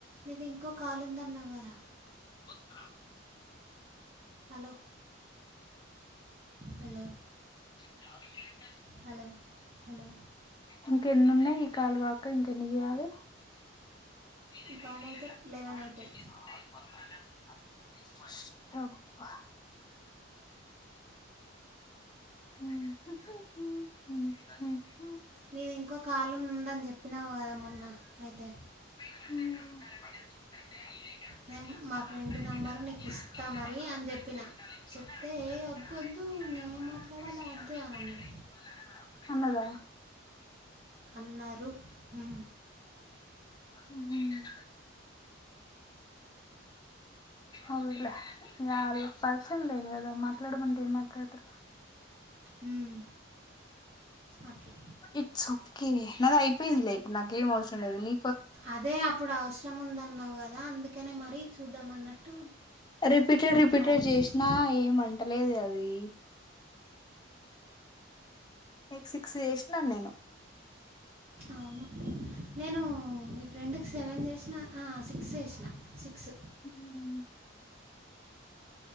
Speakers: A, on the right (about 30°); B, on the left (about 20°).
A: నీది ఇంకో కాలు ఉంది అన్నావు కదా
B: <unintelligible>
A: హలో హలో
B: <inaudible>
A: హలో హలో
B: ఇంకెన్ని ఉన్నాయి ఈ కాలు కాక ఇంకెన్ని చేయాలి <unintelligible>
A: ఈ కాలు అయితే లెవెన్ అవుతాయి
B: <unintelligible> ఉం హు హు హుఁ
A: నీది ఇంకో కలుం ఉందని చెప్పినావు కదా మొన్న అయితే
B: ఉం <unintelligible> <unintelligible>
A: నేను మా ఫ్రెండ్ నంబరు నీకు ఇస్తా మరి అని చెప్పిన చెప్తే "ఏ, వద్దు వద్దు నేను మాట్లాడాలి వద్దు అని అన్నాడు
B: అన్నదా
A: అన్నారు ఉం
B: ఉహుం అవల్రా యారు ప కద మాట్లాడమంటే ఎం మాట్లాడుతరు
A: మ్మ్. అట్లా
B: ఇట్స్ ఒకే నాది అయిపోయింది లై ఇప్పుడు నాకేం అవసరం లేదు నీ
A: అదే అప్పుడు అవసరం ఉందన్నావు కదా అందుకనే మరి చూద్దాం అన్నట్టు
B: రిపీటెడ్ రిపీటెడ్
A: అడిగేసిన
B: చేసినా ఏమంటే ట్టలేదు అది సిక్స్ చేసినాను నేను
A: అవును నేను మీ ఫ్రెండ్ కి సెవెన్ చేసిన ఆ సిక్స్ చేసిన సిక్స్ సిక్స్
B: హ్మ్